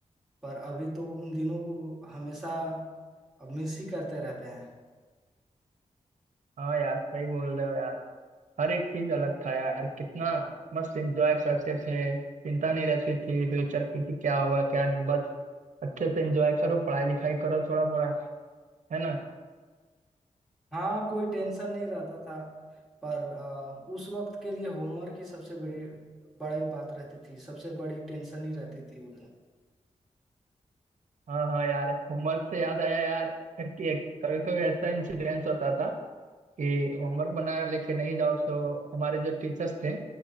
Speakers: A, in the centre; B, on the right.
A: पर अभी तो उन दिनों को हमेशा मिस ही करते रहते हैं
B: हाँ यार सही बोल रहे हो यार हर एक चीज अलग था यार कितना मस्त एंजॉय करते थे चिंता नहीं रहती थी फ्यूचर की कि क्या होगा क्या नहीं बस अच्छे से एंजॉय करो पढ़ाई लिखाई करो थोड़ा मोड़ा है ना
A: हाँ कोई टेंशन नहीं रहता था पर अ, उस वक्त के लिए होमवर्क की सबसे बड़ी बड़ी बात रहती थी सबसे बड़ी टेंशन ही रहती थी वो तो
B: हाँ हाँ यार होमवर्क से याद आया यार कि एक कभी कभी ऐसा इंसिडेंस होता था कि होमवर्क बना लेके नहीं जाओ तो हमारे जो टीचर्स थे